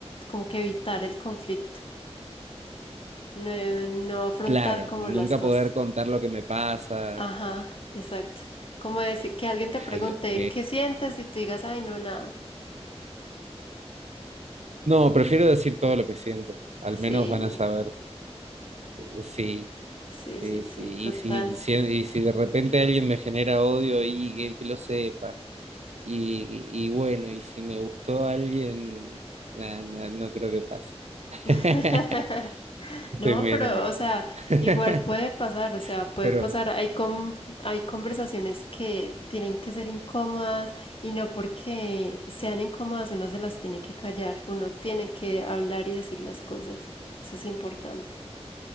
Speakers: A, on the left; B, on the right.
A: como que evitar el conflicto, no, no afrontar
B: Claro,
A: como
B: nunca
A: las cosas.
B: poder contar lo que me pasa.
A: Ajá, exacto. Como decir que alguien te pregunte
B: Ay, ok.
A: qué sientes y tú digas, ay, no, nada.
B: No, prefiero decir todo lo que siento. Al
A: Sí,
B: menos van a saber eh, sí,
A: sí,
B: sí,
A: sí,
B: sí.
A: sí, total.
B: Y si, si- y si de repente alguien me genera odio y que, que lo sepa. Y, y bueno, y si me gustó alguien, nah, nah, no creo que pase. <laughs>
A: <laughs>
B: Estoy
A: No,
B: muy
A: pero,
B: enamorado.
A: o sea,
B: <laughs>
A: igual puede pasar, o sea, puede
B: Pero
A: pasar. Hay con, hay conversaciones que tienen que ser incómodas y no porque sean incómodas uno se las tiene que callar, uno tiene que hablar y decir las cosas. Eso es importante.